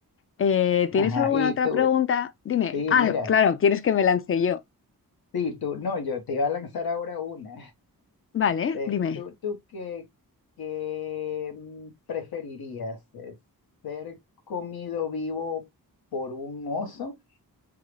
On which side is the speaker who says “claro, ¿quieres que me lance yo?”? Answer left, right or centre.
Left